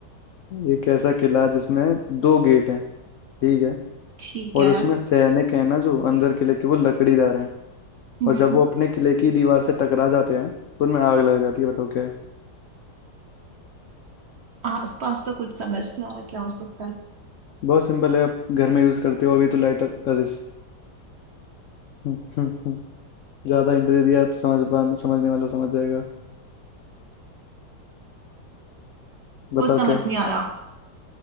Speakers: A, on the left; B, on the right.
A: एक ऐसा किला है जिसमें दो गेट हैं ठीक है
B: ठीक है
A: और उसमें सैनिक हैं ना जो अंदर किले के वो लकड़ीदार हैं
B: हम्म
A: और जब वो अपने किले की दीवार से टकरा जाते हैं तो उनमें आग लग जाती है बताओ क्या है
B: आसपास तो कुछ समझ नहीं आ रहा क्या हो सकता है
A: बहुत सिंपल है आप घर में यूज करते हो अभी तो लाइटर अरे <laughs> ज्यादा हिंट दे दिया आप समझ पा समझने वाला समझ जाएगा बताओ
B: कुछ समझ
A: क्या
B: नहीं आ रहा